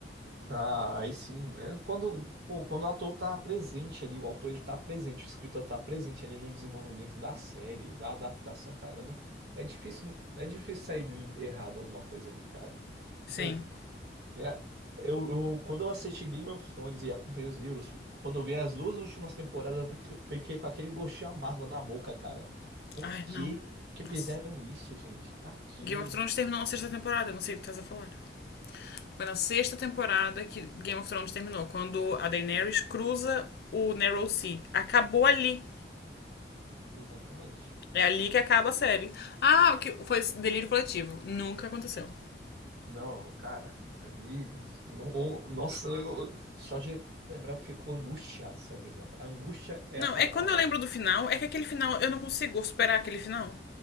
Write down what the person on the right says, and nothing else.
Ah, aí sim. É, quando, pô, quando o ator tá presente ali, o autor ele tá presente, o escritor tá presente ali no desenvolvimento da série, da adaptação, cara, não, é difícil, é difícil sair errado alguma coisa ali, cara.
Pô, é- eu, eu- quando eu assisti Game of Thrones e acompanhei os livros, quando eu vi as duas últimas temporadas, eu fiquei, fiquei com aquele gostinho amargo na boca, cara. Por
que
que
fizeram isso, gente? Pra quê?
Exatamente.
Não, cara, ali, no- nossa, eu- só de lembrar eu fico angustiado, sério mesmo. A angústia é
a palavra.